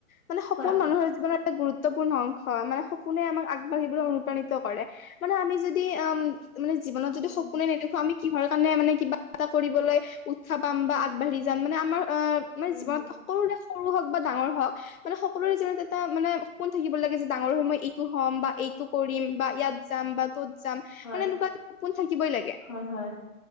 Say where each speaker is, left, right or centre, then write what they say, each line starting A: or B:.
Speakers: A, on the left; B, on the left.
A: মানে সপোন
B: কোৱা
A: মানুহৰ জীৱনৰ এটা গুৰুত্ব গুৰুত্বপূৰ্ণ অংশ মানে সপোনে আমাক আগবাঢ়িবলৈ অনুপ্ৰাণিত কৰে, মানে আমি যদি উম মানে জীৱন যদি
B: উম
A: সপোনে নেদখো আমি কিহৰ কাৰণে মানে কিবা এটা কৰিবলৈ উৎসাহ পাম বা আগবাঢ়ি যাম মানে আমাৰ অ মানে
B: হম
A: জীৱনত
B: উম হম
A: সকলোৰে সৰু হওক বা ডাঙৰ হওক, মানে সক সকলোৰে জীনত এটা মানে সপোন থাকিব লাগে যে ডাঙৰ হৈ মই এইটো হ'ম বা এইটো কৰিম বা ইয়াত যাম বা ত'ত যাম
B: হয়
A: মানে কপোন থাকিবই। লাগে
B: হয় হয়।